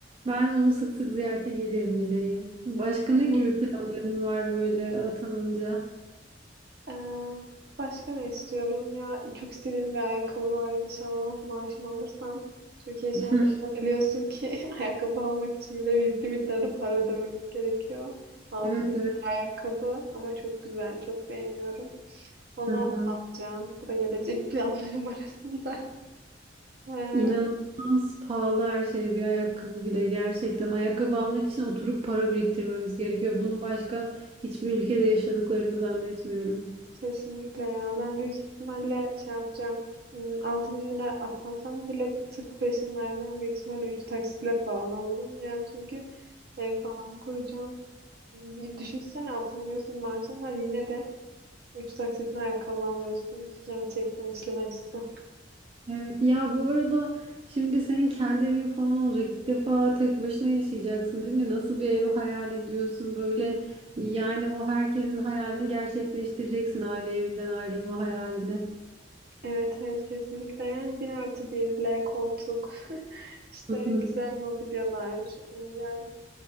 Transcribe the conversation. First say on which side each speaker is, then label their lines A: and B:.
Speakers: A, on the right; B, on the right.
A: Ben onu sık sık ziyarete gelirim Lila'yı. Başka
B: Ama
A: ne gibi planların var böyle atanınca?
B: Ee, başka ne istiyorum ya? Çok istediğim bir ayakkabı var inşallah maaşımı alırsam. Türkiye şartlarında
A: <laughs>
B: biliyorsun ki <laughs> ayakkabı almak için bile yüklü miktarda para ödememiz gerekiyor. 6000
A: Evet
B: lira
A: evet.
B: ayakkabı ama çok güzel, çok beğeniyorum. Onu
A: Hı hı.
B: alacağım. Bu da gelecek planlarım <laughs> arasında. Ee,
A: İnanılmaz pahalı her şey bir ayakkabı bile gerçekten. Ayakkabı almak için oturup para biriktirmemiz gerekiyor. Bunu başka hiçbir ülkede yaşadıklarını zannetmiyorum.
B: Kesinlikle ya. Ben büyük ihtimalle şey yapacağım. Hmm, altı bin lira atansam bile tık peşin vermem. Büyük ihtimalle 3 taksitle falan alırım ya. Çünkü ev falan kuracağım. Y- Düşünsene atamıyorsun maaşın var yine de 3 taksitle ayakkabı alıyorsun. Gerçekten işler acısı.
A: Evet ya bu arada şimdi senin kendi evin falan olacak. İlk defa tek başına yaşayacaksın değil mi? Nasıl bir ev hayal ediyorsun böyle? Yani o herkesin hayalini gerçekleştireceksin aile evinden ayrılma hayalini.
B: Evet evet kesinlikle yani bir artı birle koltuk <laughs> işte
A: Hı hı,
B: güzel mobilyalar Hmm, yani